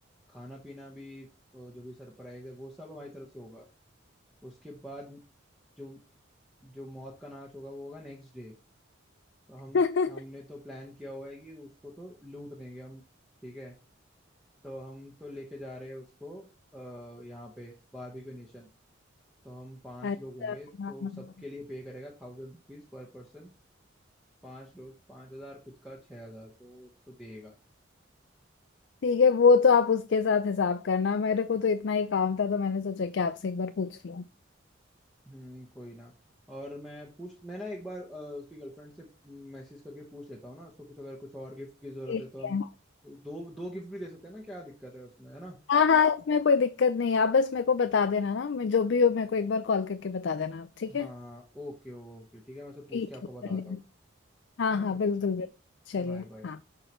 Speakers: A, in the centre; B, on the left.
A: खाना पीना भी अ, जो भी सरप्राइज है वो सब हमारी तरफ से होगा उसके बाद जो जो मौत का नाच होगा वो होगा नेक्स्ट डे तो हम
B: <laughs>
A: हमने तो प्लान किया हुआ है कि उसको तो लूट देंगे हम ठीक है तो हम तो लेके जा रहे हैं उसको अ, यहाँ पे बारबेक्यू नेशन तो हम पांच
B: अच्छा
A: लोग होंगे
B: हाँ,
A: तो
B: हाँ,
A: सबके लिए पे करेगा थाउजेंड रुपीज पर पर्सन पांच लोग पांच हजार खुद का छह हजार तो वो तो देगा
B: ठीक है वो तो आप उसके साथ हिसाब करना मेरे को तो इतना ही काम था तो मैंने सोचा कि आपसे एक बार पूछ लूं
A: हम्म कोई ना और मैं पूछ मैं ना एक बार अ, उसकी गर्लफ्रेंड से मैसेज करके पूछ लेता हूँ ना उसको कुछ अगर कुछ और गिफ्ट की जरूरत
B: ठीक
A: है तो हम
B: है
A: दो दो गिफ्ट भी दे सकते हैं ना क्या दिक्कत है उसमें है ना
B: हाँ हाँ इसमें कोई दिक्कत नहीं है आप बस मेरे को बता देना ना मैं जो भी हो मेरे को एक बार कॉल करके बता देना आप ठीक है
A: हाँ हाँ ओके ओके ठीक है मैं उसे पूछ
B: ठीक
A: के आपको
B: है
A: बताता
B: चलिए
A: हूँ
B: हाँ
A: बाय
B: हाँ बिल्कुल बिल्कुल चलिए
A: Bye bye
B: हाँ